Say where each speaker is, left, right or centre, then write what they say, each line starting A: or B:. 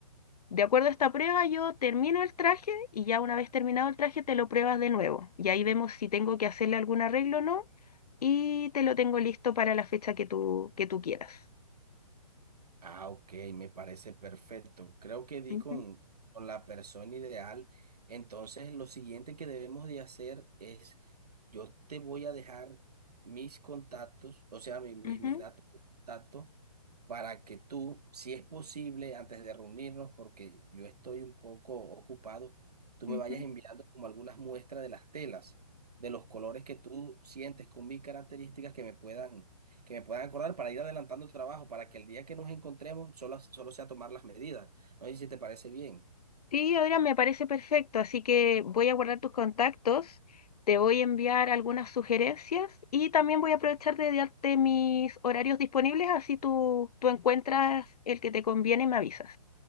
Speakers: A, on the left (about 75°); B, on the right (about 80°).
A: De acuerdo a esta prueba, yo termino el traje y ya una vez terminado el traje, te lo pruebas de nuevo. Y ahí vemos si tengo que hacerle algún arreglo o no y te lo tengo listo para la fecha que tú, que tú quieras.
B: Ah, ok, me parece perfecto. Creo que di
A: Ujú,
B: con, con la persona ideal. Entonces, lo siguiente que debemos de hacer es, yo te voy a dejar mis contactos, o sea, mi- mi-
A: ujú,
B: mis datos de contacto, para que tú, si es posible, antes de reunirnos, porque yo estoy un poco ocupado, tú
A: ujú.
B: me vayas enviando como algunas muestras de las telas, de los colores que tú sientes con mis características que me puedan que me puedan acordar para ir adelantando el trabajo, para que el día que nos encontremos solo, solo sea tomar las medidas. No sé si te parece bien.
A: Sí, ahora me parece perfecto, así que voy a guardar tus contactos, te voy a enviar algunas sugerencias y también voy a aprovechar de darte mis horarios disponibles, así tú, tú encuentras el que te conviene y me avisas.